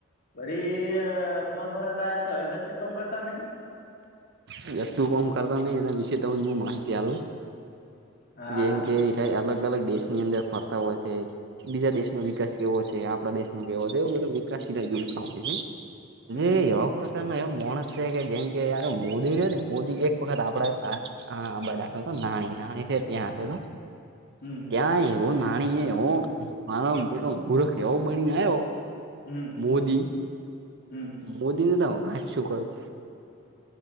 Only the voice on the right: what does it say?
એ ગતુ કોમ કરતા નહી એના વિશે તમને હું માહિતી આલુ.
જેમ કે એ રયા એ અલગ અલગ દેશની અંદર ફરતા હોય છે. બીજા દેશનો વિકાસ કેવો છે, આપડા દેશ નો કેવો છે એવું બધો વિકાસ એ રયા જોતા હોય છે.
જે એયા પ્રકારના એ માણસ છે કે જેમ કે યાર મોદી જો ને મોદી એક વખત આપડ બધ આપ્યો તો નાની નાની છે ત્યાં આવ્યો તો.
ક્યાં એવો નાની એવો મારો બેટો મુરખ એવો બનીને આવ્યો.
મોદી
મોદીની તો વાત શું કરું.